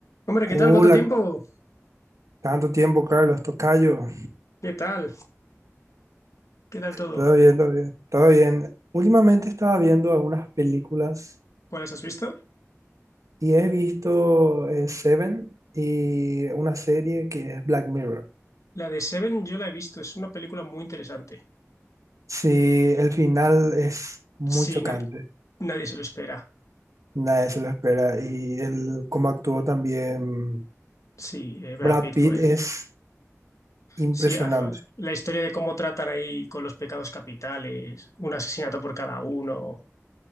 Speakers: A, on the left; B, on the right.
A: Hombre,
B: Hola,
A: ¿qué tal? ¿Cuánto tiempo?
B: tanto tiempo, Carlos, tocayo.
A: ¿Qué tal? ¿Qué tal todo?
B: Todo bien, todo bien, todo bien. Últimamente estaba viendo algunas películas
A: ¿Cuáles has visto?
B: y he visto eh, Seven y una serie que es Black Mirror.
A: La de Seven yo la he visto, es una película muy interesante.
B: Sí, el final es muy
A: Sí,
B: chocante,
A: nadie, nadie se lo espera.
B: nadie se lo espera y el cómo actuó también
A: Sí, eh, Brad
B: Brad
A: Pitt
B: Pitt
A: fue.
B: es impresionante.
A: Sí, además. La historia de cómo tratan ahí con los pecados capitales, un asesinato por cada uno.